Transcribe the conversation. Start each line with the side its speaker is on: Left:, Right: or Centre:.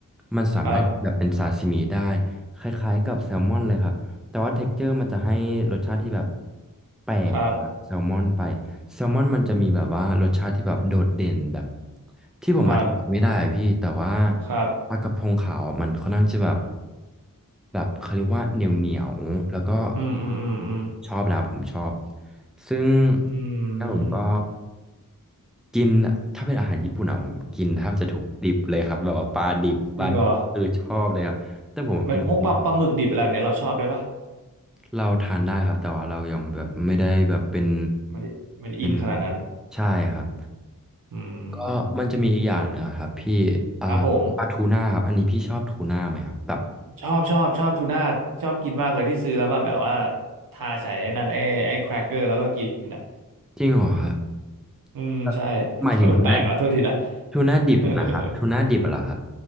Centre: มันสามารถแบบเป็นซาซิมิได้
Right: <laughs> ครับ
Centre: คล้ายๆกับแซลมอนเลยครับแต่ว่าเท็กเจอร์มันจะให้รสชาติที่แบบแปลกจากแซลมอนไป
Right: ครับ
Centre: แซลมอนมันจะมีแบบว่ารสชาติที่แบบโดดเด่นแบบที่ผมอธิบายไม่ได้อะพี่แต่ว่า
Right: ครับครับ
Centre: ปลากระพงขาวอะมันค่อนข้างจะแบบแบบเขาเรียกว่าเหนียวเหนียวแล้วก็
Right: อืมอืมอืมอืม
Centre: ชอบนะผมชอบ ซึ่ง
Right: อื
Centre: แล้วผมก็
Right: ม
Centre: กินถ้าเป็นอาหารญี่ปุ่นอะผมกินแทบจะทุกดิบเลยครับแบบว่าปลาดิบปลาดิบคือชอบเลยครับแต่ผมเป็นคน
Right: จริงเหรอมันพวกปลาปลาหมึกดิบอะไรแบบเนี้ยเราชอบด้วยปะ
Centre: เราทานได้ครับแต่ว่าเรายังแบบไม่ได้แบบเป็น
Right: ไม่ได้ไม่ได้อินขนาดนั้น
Centre: เป็นใช่ครับ
Right: อื
Centre: ก็มันจะมีอีกอย่างหนึ่งอะครับพี่อ่า
Right: มครับผม
Centre: ปลาทูน่าครับอันนี้พี่ชอบทูน่าไหมครับแบบ
Right: ชอบชอบชอบทูน่าชอบกินมากเลยที่ซื้อแล้วมาแบบว่าทาใส่ไอ้นั่นไอ้ไอ้แครกเกอร์แล้วก็กินอ่ะ
Centre: จริงเหรอครับ
Right: อืมใช่
Centre: แบบหมายถึงทูน่า
Right: <laughs> ชอบแปลกเหรอโทษทีนะ
Centre: ทูน่าดิบนะครับทูน่าดิบเหรอครับ
Right: <laughs>